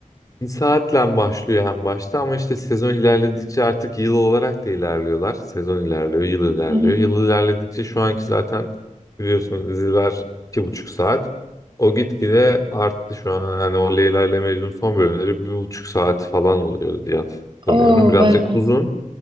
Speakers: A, on the left; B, on the right.
A: Bir saatle başlıyor en başta ama işte sezon ilerledikçe artık yıl olarak da ilerliyorlar. Sezon ilerliyor, yıl ilerliyor.
B: Hı hı.
A: Yıl ilerledikçe şu anki zaten biliyorsunuz diziler iki buçuk saat. O gitgide arttı şu an. Hani o Leyla ile Mecnun son bölümleri bir buçuk saat falan oluyor diye hatırlıyorum.
B: Oo,
A: Birazcık
B: ben onu
A: uzun.